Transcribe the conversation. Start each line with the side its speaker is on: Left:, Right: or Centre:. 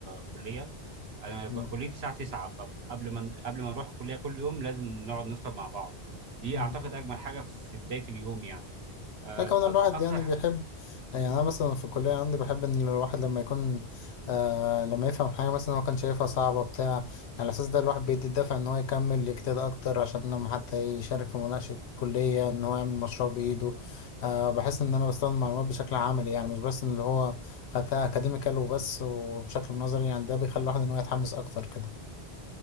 Right: الكليه انا
Left: مم،
Right: ب- كليتي الساعه 9 فقبل ما قبل ما نروح الكليه كل يوم لازم نقعد نفطر مع بعض دي
Left: مم.
Right: اعتقد اجمل حاجه في بدايه اليوم يعني آه،
Left: لا كمان الواحد
Right: أك- اكتر
Left: يعني بيحب يعني انا مثلا في الكليه عندي بحب ان الواحد لما يكون آه لما يفهم حاجه مثلا هو كان شايفها صعبه بتاع يعني على اساس ده الواحد بيدي الدافع ان هو يكمل يجتهد اكتر عشان لما حتى يشارك في مناقشه كليه ان هو يعمل مشروع بايده آه بحس ان انا بستخدم المعلومات بشكل عملي يعني مش بس ان اللي هو خدتها اكاديميكال وبس وبشكل نظري يعني ده بيخلي الواحد ان هو يتحمس اكتر كده